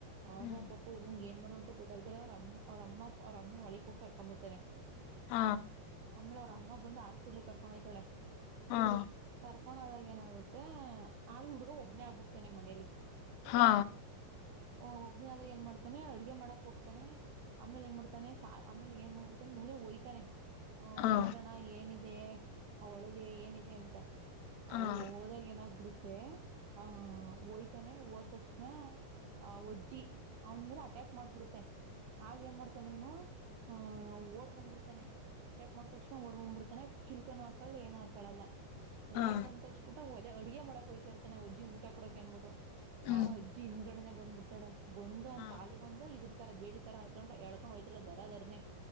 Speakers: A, on the left; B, on the right.
A: ಹ್ಮ್
B: ಆಗ ಪಾಪ ಹುಡಗೂಗ್ ಏನ್ ಮಾಡುದು ಅಂತ ಗೊತ್ತಾಗ್ದಲೆ ಅವ್ರ ಅಮ್ಮ ಅವ್ರ ಅಮ್ಮ ಅವ್ರ ಅಮ್ಮನ ಹೊಳಿಕ್ ಹೋಗಿ ಕರ್ಕೊಂಬತಾರೆ
A: ಹ
B: ಆಮೇಲೆ ಅವ್ರ ಅಮ್ಮ ಬಂದು ಹಾಸ್ಪಿಟ್ಲ್ ಕರ್ಕೊಂಡ ಹೋ್ತಾಳೆ
A: ಹಾ
B: ಕರ್ಕೊಂಡದಾಗ ಏನಾಗುತ್ತೆ ಆಗ ಇ ಹುಡ್ಗ ಒಬ್ನೇ ಆಗ್ಬಿಡ್ತಾನೆ ಮನೇಲಿ
A: ಹಾ
B: ಓ ಒಬ್ನ ಆದಾಗ ಏನ್ ಮಾಡ್ತಾನೆ ಅಡ್ಗೆ ಮಾಡಕ್ ಹೋಗ್ತಾನೆ ಆಮೇಲೆ ಏನ್ ಮಾಡ್ತಾನೆ ಆಮೇಲೆ ಏನ್ ಮಾಡ್ಬಿಡ್ತಾನೆ ಇವನೇ ಒಯ್ತಾನೆ ಹ ನೋ
A: ಹಾ
B: ನೋಡಣ ಏನಿದೆ ಅವ ಒಳಗೆ ಏನಿದೆ ಅಂತ
A: ಹಾ
B: ಅ ಹೋದಾಗ
A: ಹಾ
B: ಏನಾಗ್ಬಿಡುತ್ತೆ ಆಹ ಒಯ್ತಾನೆ ಹೋದ ತಕ್ಷಣ ಆವಜ್ಜಿ ಅವ್ನ್ ಮೇಲೆ ಅಟ್ಯಾಕ್ ಮಾಡ್ಬಿಡುತ್ತೆ ಆಗೇನ್ ಮಾಡ್ತಾನೆ ಇವನು ಆ ಓಡ್ಬಂದ್ಬಿಡ್ತಾನೆ ಟ್ಯಾಕ್ ಮಾಡತಕ್ಷ ಓಡ್ಬಂದ್ಬಿಡ್ತಾನೆ ಚಿಲ್ಕನ್ ಹಾಕಳಲ್ಲ ಏನ್ ಹಾಕಳಲ್ಲ
A: ಹಾ
B: ಓಡ್ ಬಂದ ತಕ್ಷಣ ಊಟ ಒಲೆ ಅಡುಗೆ ಮಾಡಕಹೋತಾರ್ತಾನ ಅಜ್ಜಿ ಊಟ ಕೊಡಕ ಅನ್ಬಿಟ್ಟು
A: ಹ್ಮ್
B: ಆ ಅಜ್ಜಿ ಹಿಂದ್ಗಡನೆ ಬಂದ್ಬ ಬಿಡ್ತಾಳೆ ಬಂದು ಅವನ್
A: ಹಾ
B: ಕಾಲಿಗ್ ಒಂದು ಇದ್ರ ತರ ಬೇಡಿ ತರ ಆ ಎಳ್ಕೊಂಡು ಹೋಯ್ತಲ್ಲ ದರದರ್ನನೆ